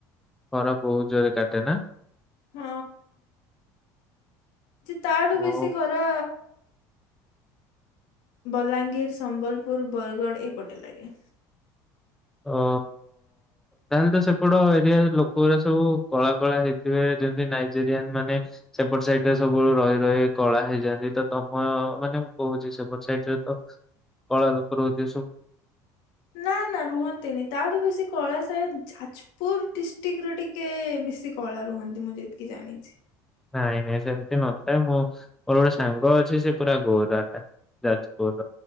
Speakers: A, in the centre; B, on the left (about 70°).
A: ଖରା ବହୁତ ଜୋରେ କାଟେ ନା?
B: ହଁ। ଯେ ତାଠୁ
A: ହଁ।
B: ବେଶୀ ଖରା ବଲାଙ୍ଗୀର ସମ୍ବଲପୁର ବରଗଡ଼ ଏପଟେ ଲାଗେ
A: ଓ ତାହେଲେ ତ ସେପଟ ଏରିଆ ଲୋକଗୁରା ସବୁ କଳା କଳା ହେଇଥିବେ, ଯେମିତି ନାଇଜେରିଆନ୍ ମାନେ ସେପଟ ସାଇଡ୍‌ ରେ ସବୁ ରହି ରହି କଳା ହେଇଯାଆନ୍ତି, ତ ତମ ମାନେ ମୁଁ କହୁଚି ସେପଟ ସାଇଡ୍‌ କଳା ଲୋକ ରୁହନ୍ତି ସ
B: ନା ନା ରୁହନ୍ତିନି ତାଠୁ ବେଶୀ କଳା ସାୟଦ୍ ଯାଜପୁର ଡିଷ୍ଟକର ଟିକେ ବେଶୀ କଳା ରୁହନ୍ତି ମୁଁ ଯେତିକି ଜାଣିଚି।
A: ନାଇଁ ନାଇଁ ସେମିତି ନଥାଏ। ମୁଁ ମୋର ଗୋଟେ ସାଙ୍ଗ ଅଛି ସେ ପୁରା ଗୋରାଟା ଯାଜପୁର